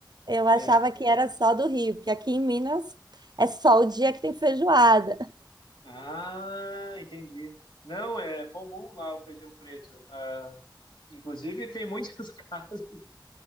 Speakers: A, on the right; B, on the left.
A: Eu achava
B: É,
A: que era só do Rio, porque aqui em Minas é só o dia que tem feijoada.
B: Ah, entendi. Não, é comum lá o feijão preto. Ah, inclusive, tem muitos <laughs> casos